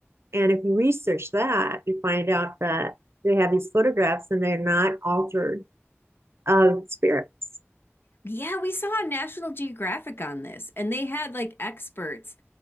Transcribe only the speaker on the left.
Yeah, we saw a National Geographic on this, and they had like experts